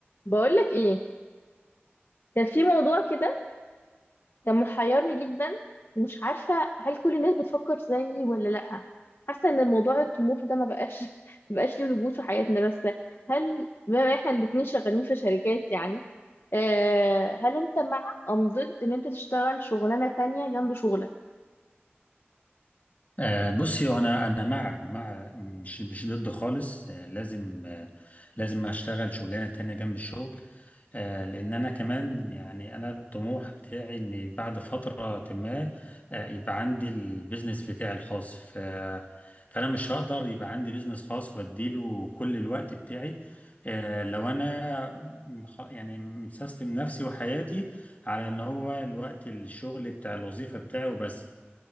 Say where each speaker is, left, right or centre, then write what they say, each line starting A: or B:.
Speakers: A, on the left; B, on the left.
A: بقولك ايه كان في موضوع كده كان محيرني جدا ومش عارفة هل كل الناس بتفكر زيي ولا لأ حاسة ان موضوع الطموح ده ما بقاش <laughs> ما بقاش ليه وجود في حياتنا بس هل بما احنا الاتنين شغالين في شركات يعني آه هل انت مع ام ضد ان انت تشتغل شغلانة تانية جنب شغلك
B: آه، بصي هو انا انا مع مع مش مش ضد خالص آه، لازم آه، لازم اشتغل شغلانه تانية جنب الشغل آه، لان انا كمان يعني انا الطموح بتاعي ان بعد فتره ما آه، يبقى عندي البيزنس بتاعي الخاص ف فانا مش هقدر يبقى عندي بيزنس خاص واديله كل الوقت بتاعي آه، لو انا مخ- يعني مسيستم نفسي وحياتي على ان هو الوقت الشغل بتاع الوظيفه بتاعي وبس